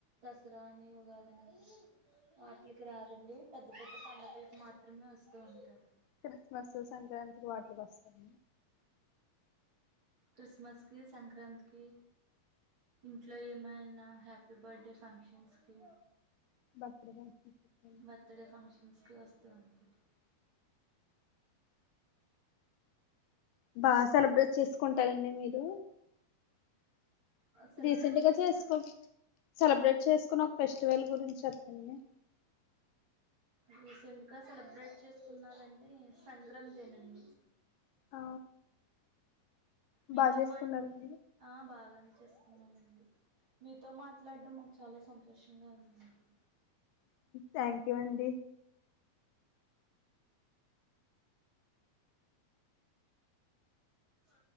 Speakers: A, on the right; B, on the left.
A: దసరా అని ఉగాదని వాటిల్కి రారండి పెద్ద పెద్ద పండుగలకు మాత్రమే వస్తూ ఉంటారు
B: క్రిస్మస్ సంక్రాంతికి వాటిల్కి వస్తారు
A: క్రిస్మస్ కి సంక్రాంతికిి ఇంట్లో ఏమైనా హ్యాపీ బర్త్డే ఫంక్షన్స్ కి
B: బర్త్డే ఫంక్షన్స్
A: బర్త్డే ఫంక్షన్స్ కి వస్తూ ఉంటారు
B: బా సెలబ్రేట్ చేస్కుంటారండి మీరు
A: సెలబ్రేట్
B: రీసెంట్గా
A: చేసుకు
B: చేసుకో సెలబ్రేట్ చేసుకునే ఒక ఫెస్టివల్ గురించి చెప్పండి
A: రీసెంట్గా సెలబ్రేట్ చేసుకున్నానంటే సంక్రాంతేనండి
B: ఆ,
A: మీతో
B: బాగా చేసుకున్నారండి
A: మాట్లు ఆ బాగానే చేసుకున్నామండి మీతో మాట్లాడం మాకు చాలా సంతోషంగా ఉందండి
B: థ్యాక్ యూ అండి
A: ఆ